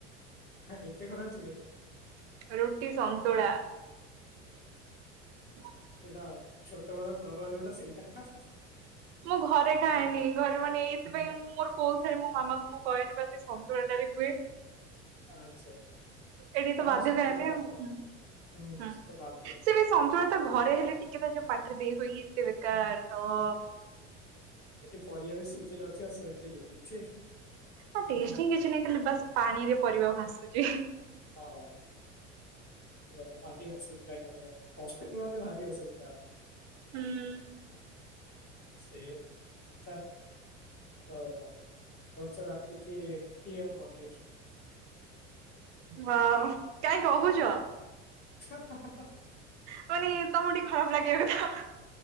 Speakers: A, on the left; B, on the right.
A: କାଇଁ ଏତେ ଖରାପ ଥିଲା କି?
B: ରୁଟି, ସନ୍ତୁଳା। <unintelligible>
A: ସେଟା ଛୋଟ ବେଳର ଡର ଯୋଉଟା ସେଇଟା ହା ହା।
B: ମୁଁ ଘରେ ଖାଏନି ଘରେ ମାନେ ଏଇଥିପାଇଁ ମୋର କୋଉ ଥରେ ମୋ ମାମାଙ୍କୁ ମୁଁ କହେନି ବା ସେ ସନ୍ତୁଳା ଟାରେ କୁଏ।
A: ଅ ଆଚ୍ଛା।
B: ଏଠି ତ
A: ହଁ
B: ବାଧ୍ୟ
A: ସନ୍ତୁଳା
B: ଖାଇବା ପାଇଁ
A: ତ ହୁଁ
B: ଆଉ
A: ସେ ତ ବାଧ୍ୟ ଟୋଟାଲି
B: ସେ ବି ସନ୍ତୁଳା ତ ଘରେ ହେଲେ ଟିକେ ତ ଯୋଉ ପାଟିରେ ଦେଇହୁଏ ଇଏ ଏତେ ବେକାର ହୋ।
A: ଏଠି ପରିବା ବି ସିଝି ନଥିବ ସେମିତି ଦେଇଦିଏ ଛେ।
B: ତାର ଟେଷ୍ଟ ହି କିଛି ନାଇଁ ଖାଲି ବାସ୍ ପାଣି ରେ ପରିବା ଭାସୁଚି।
A: ହଁ। <unintelligible> ହୁଏତ ଭାରି ଅସୁବିଧା ଖାଇବା ହଷ୍ଟେଲେ ରେ ଭାରି ଅସୁବିଧା।
B: ହୁଁ।
A: ସେମେ କଥା ତ ବର୍ଚ୍ଚ ରାତି କି ରୁଟି ଆଉ ପନିରି।
B: ମା କାଇଁ କହୁଚ।
A: <inaudible>
B: କହିଲି ତମକୁ ଟିକେ ଖରାପ ଲାଗିବା କଥା